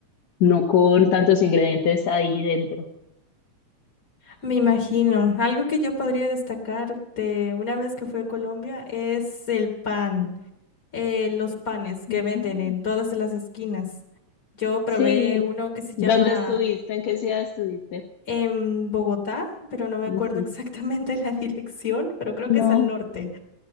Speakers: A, on the left; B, on the left.
A: no con tantos ingredientes ahí dentro.
B: Me imagino. Algo que yo podría destacar de una vez que fui a Colombia es el pan, eh, los panes que
A: Mm,
B: venden en todas las esquinas. Yo probé
A: Sí,
B: uno que se
A: ¿dónde
B: llama
A: estuviste? ¿En qué ciudad estuviste?
B: en Bogotá, pero no me
A: Ujú.
B: acuerdo exactamente <laughs> la dirección, pero creo que
A: No,
B: es al norte.